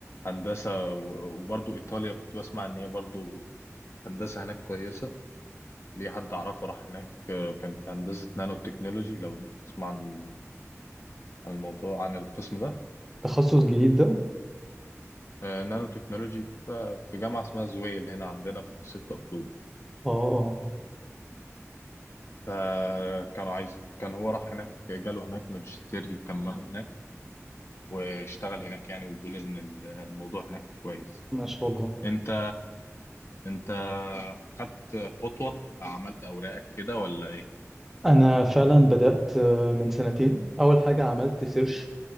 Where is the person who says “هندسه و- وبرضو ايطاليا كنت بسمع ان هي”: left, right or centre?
Left